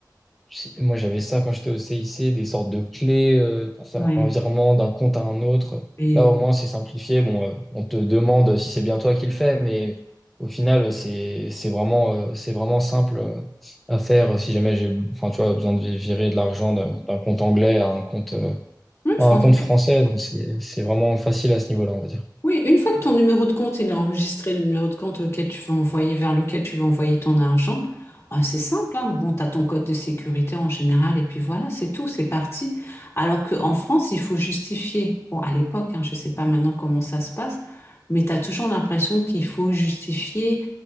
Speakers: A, in the centre; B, on the left.
A: je sais- moi, j'avais ça quand j'étais au CIC, des sortes de clés euh, pour faire
B: Oui,
A: un virement d'un compte à un autre.
B: et...
A: Là, au moins, c'est simplifié. Bon, euh, on te demande si c'est bien toi qui le fais, mais au final, c'est, c'est vraiment, euh, c'est vraiment simple euh, à faire si jamais j'ai, enfin, tu vois, besoin de virer de l'argent d'un d'un compte anglais à un compte. euh,
B: oui, français.
A: un compte français, donc c'est c'est vraiment facile à ce niveau-là, on va dire.
B: Oui, une fois que ton numéro de compte il est enregistré, le numéro de compte auquel tu veux envoyer, vers lequel tu veux envoyer ton argent, ah, c'est simple, hein. Bon, tu as ton code de sécurité en général, et puis voilà, c'est tout, c'est parti. Alors qu'en France, il faut justifier. Bon, à l'époque, hein, je ne sais pas maintenant comment ça se passe, mais tu as toujours l'impression qu'il faut justifier.